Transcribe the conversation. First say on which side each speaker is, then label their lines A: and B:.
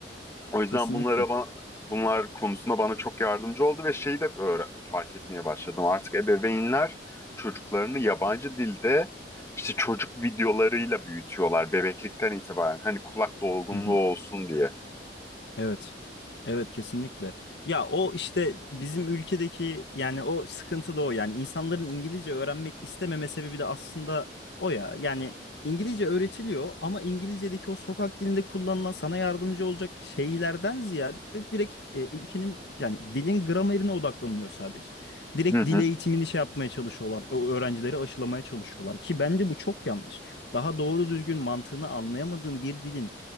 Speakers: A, on the left; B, on the left.
A: O yüzden
B: Kesinlikle.
A: bunlara ba- bunlar konusunda bana çok yardımcı oldu ve şeyi de öğre- fark etmeye başladım. Artık ebeveynler çocuklarını yabancı dilde işte çocuk videolarıyla büyütüyorlar bebeklikten itibaren. Hani kulak dolgunluğu
B: Hı
A: olsun diye.
B: Evet. Evet kesinlikle. Ya o işte bizim ülkedeki yani o sıkıntı da o yani insanların İngilizce öğrenmek istememe sebebi de aslında o ya. Yani İngilizce öğretiliyor ama İngilizce'deki o sokak dilinde kullanılan sana yardımcı olacak şeylerden ziyade direkt e, ülkenin yani dilin gramerine odaklanılıyor sadece. Direkt
A: Hı
B: dil
A: hı,
B: eğitimini şey yapmaya çalışıyorlar. O öğrencileri aşılamaya çalışıyorlar ki bence bu çok yanlış. Daha doğru düzgün mantığını anlayamadığın bir dilin